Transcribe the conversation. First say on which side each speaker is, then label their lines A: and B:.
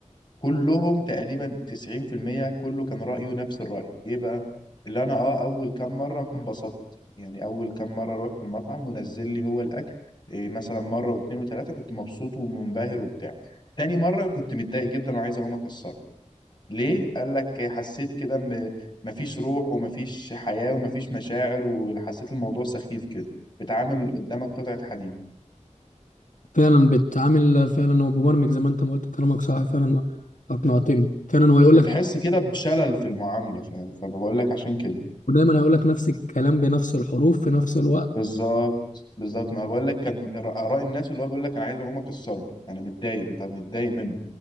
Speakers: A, on the left; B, on the left.
A: كلهم تقريبا 90% كله كان رأيه نفس الرأي ايه بقى اللي انا اه اول كام مرة انبسطت يعني اول كام مرة رحت المطعم ونزل لي هو الاكل إيه مثلا مرة واثنين وثلاثة كنت مبسوط ومنبهر وبتاع تاني مرة كنت متضايق جدا وعايز اقوم اكسره ليه قال لك حسيت كده م- مفيش روح ومفيش حياة ومفيش مشاعر وحسيت الموضوع سخيف كده بتعامل قدامك قطعة حديد
B: فعلا بتعامل فعلا هو مبرمج زي ما انت ما قلت كلامك صح فعلا اقنعتني فعلا هو يقول
A: بتحس
B: لك
A: كده بشلل في المعاملة ف- فبقول لك عشان كده
B: ودايما هيقول لك نفس الكلام بنفس الحروف في نفس الوقت
A: بالظبط بالظبط ما بقول لك كان اراء الناس اللي هو بيقول لك انا عايز اقوم اكسره انا متضايق مت- متضايق منه